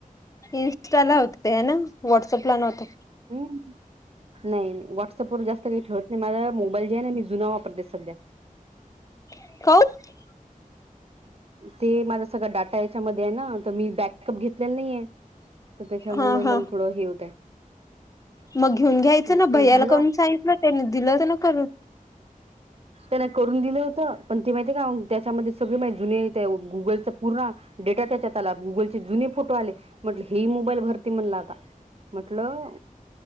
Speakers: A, on the left; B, on the right.
A: इं्स्टा ला होते ना व्हॉट्सअपला नव्हत.
B: हम् नाही नाही व्हॉट्सअप वर जास्त काही ठवत. मला मोबाईल जे आहे ना मी जुना वापरते सध्या.
A: कत.
B: ते माझ सगळ डाटा याच्यामध्ये आहे ना तर मी बक. प घेतलेला नाहीय तर त्याच्यामुळं
A: हा हा
B: मला थोडं हे होतय.
A: मग घेऊन घ्यायचं
B: मग
A: ना
B: ते
A: भैयाला
B: झालं
A: करून सांयित ना त्याने दिलं तर ना करून.
B: त्यांना करून दिलं होतं पण ते माहिती आहे का त्याच्यामध्ये सगळे माहि जुने गुगलचा पूर्ण. डेटा त्याच्यात आला गुगलचे जुने फोटो आले म्हटले हे मोबाईल भरते म्हणलं आता. म्हटलं.